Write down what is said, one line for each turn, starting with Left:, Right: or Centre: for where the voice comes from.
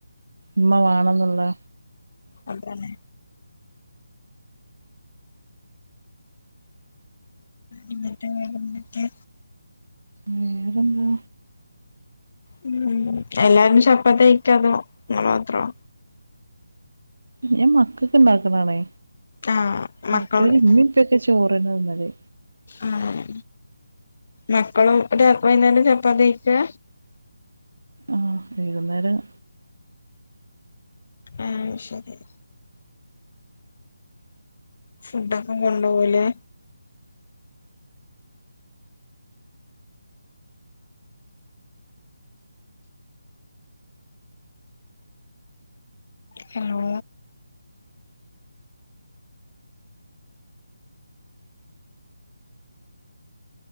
Right: ഇമ്മ വാണംന്ന്ള്ളെ
Left: അതെന്നെ എന്നിട്ട് വേറെന്തൊക്കെ
Right: വേറെന്താ
Left: ഉം എല്ലാരും ചപ്പാത്തി കയ്ക്കാണോ ഇങ്ങള് മാത്രാണോ
Right: ഞാൻ മക്കക്ക് ഇണ്ടാക്ക്ണാണേ
Left: ആഹ്
Right: മറ്റോല്
Left: മക്കള്
Right: ഇമ്മിം പ്പെക്കെ ചോറെന്നെ തിന്നെല്
Left: ആഹ് മക്കളും ഒരു <unintelligible> ചപ്പാത്ത്യയ്ച്ചാ
Right: ആഹ് വൈകുന്നേരം
Left: ആഹ് അയ്ശെരി ഫുഡ്ഡാെക്കെ കൊണ്ടോവാേല് ഹലോ